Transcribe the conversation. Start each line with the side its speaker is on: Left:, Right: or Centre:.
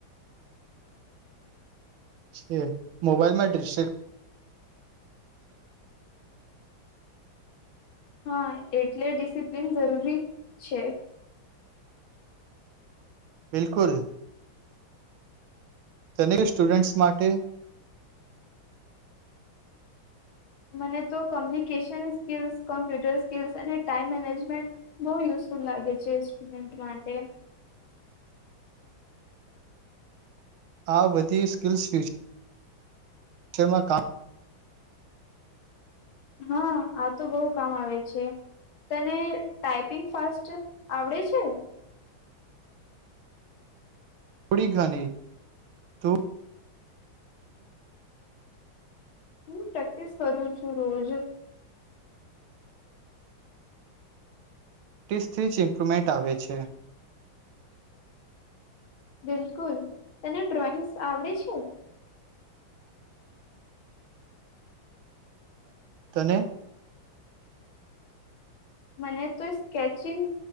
Right: છે મોબાઈલમાં ડિશન
Left: હા એટલે ડિસિપ્લિન જરૂરી છે
Right: બિલકુલ તેને કે સ્ટુડન્ટ્સ માટે
Left: મને તો કમ્યુનિકેશન સ્કિલ્સ કોમ્પ્યુટર સ્કિલ્સ અને ટાઈમ મેનેજમેન્ટ બહુ યુઝફુલ લાગે છે સ્ટુડન્ટ માટે
Right: આ બધી સ્કિલ્સ ફ્યુચર છેમાં કા
Left: હા આ તો બહુ કામ આવે છે તને ટાઈપિંગ ફાસ્ટ આવડે છે
Right: થોડી ઘની તોું
Left: હું પ્રેક્ટિસ કરું છું રોજ
Right: ટીસ્ટથી જ ઇમ્પ્રુવમેન્ટ આવે છે
Left: બિલકુલ તને ડ્રોઈંગ્સ આવડે છે
Right: તને
Left: મને તો સ્કેચિંગ